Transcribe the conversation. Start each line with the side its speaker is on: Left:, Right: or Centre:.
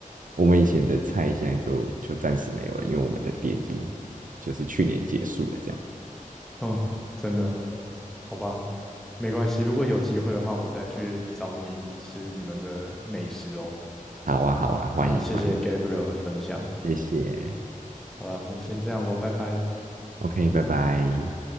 Right: 我们以前的菜现在就就暂时没有了，因为我们的店已经就是去年结束了，这样。
Centre: 哦，真的，好吧，没关系，如果有机会的话，我再去找你吃你们的美食哦。
Right: 好啊好啊，欢迎欢迎，
Centre: 那谢谢 Gabriel 的分享，
Right: 谢谢
Centre: 好了，那先这样喽，拜拜。
Right: ，OK，拜拜。